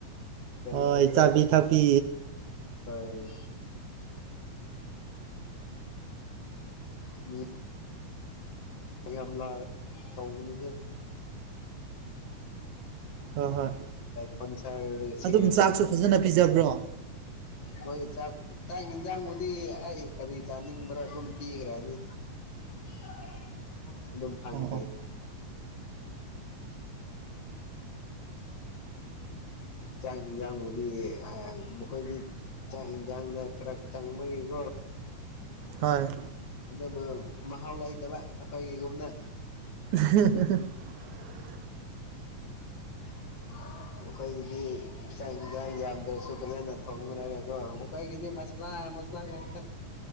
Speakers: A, on the left; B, on the right.
A: ꯀꯔꯤ
B: ꯍꯣꯏ
A: ꯍꯥꯏꯏꯁꯦꯔꯥ
B: ꯆꯥꯕꯤ ꯊꯛꯄꯤ
A: ꯍꯣꯏ ꯃꯤ ꯌꯥꯝ ꯂꯥꯔ ꯇꯧꯕꯅꯤꯍꯦ
B: ꯍꯣꯏ ꯍꯣꯏ
A: ꯀꯟꯁꯔ ꯁꯤ
B: ꯑꯗꯨꯝ ꯆꯥꯛꯁꯨ ꯐꯖꯅ ꯄꯤꯖꯕ꯭ꯔꯣ
A: ꯍꯣꯏ ꯆꯥꯛ-ꯆꯥꯛ ꯌꯦꯟꯁꯥꯡꯕꯨꯗꯤ ꯑꯩ ꯀꯔꯤ ꯆꯥꯅꯤꯡꯕ꯭ꯔꯥ ꯑꯗꯨꯝ ꯄꯤꯈ꯭ꯔꯅꯤ <inaudible> ꯑꯗꯨꯝ ꯐꯪꯈ꯭ꯔꯦ
B: ꯑꯣ ꯑꯣ
A: ꯆꯥꯛ ꯍꯤꯟꯖꯥꯡꯕꯨꯗꯤ ꯃꯈꯣꯏꯗꯤ ꯆꯥꯡ ꯏꯟꯁꯥꯡꯗ ꯈꯔ ꯆꯪꯕꯒꯤꯀꯣ
B: ꯍꯣꯏ
A: ꯑꯗꯨꯕꯨ ꯃꯍꯥꯎ ꯂꯩꯇꯕ ꯑꯩꯈꯣꯏꯒꯤꯒꯨꯝꯅ
B: <inaudible>
A: <inaudible> ꯑꯩꯈꯣꯏꯒꯤꯗꯤ ꯏꯥꯡ ꯏꯟꯁꯥꯡ ꯌꯥꯝꯗ꯭ꯔꯁꯨ ꯐꯖꯅ ꯊꯣꯡꯅꯔꯒ ꯀꯦ ꯑꯩꯈꯣꯌꯒꯤ ꯗꯤ ꯃꯁꯂꯥ ꯑꯃꯥ ꯆꯉꯥ ꯛꯠ